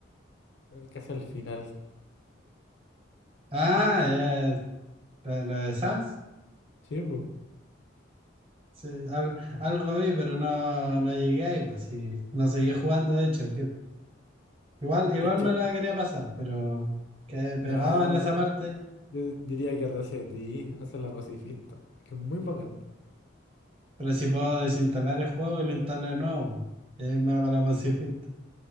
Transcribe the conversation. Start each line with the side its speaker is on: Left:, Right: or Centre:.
Left: Casi al final.
Right: Ah, ya, la la de Sans.
Left: Sí, pues.
Right: Sí, al- algo vi, pero no, no llegué ahí, pues sí. No seguí jugando, de hecho. que- Igual, igual
Left: Es que,
Right: me la quería pasar, pero quedé
Left: nada,
Right: pegado en esa parte.
Left: yo diría que Resetí hace la pacifista. Es que es muy bacán.
Right: Pero si puedo desinstalar el juego y lo instalo de nuevo, pues. Y ahí me hago la pacifista.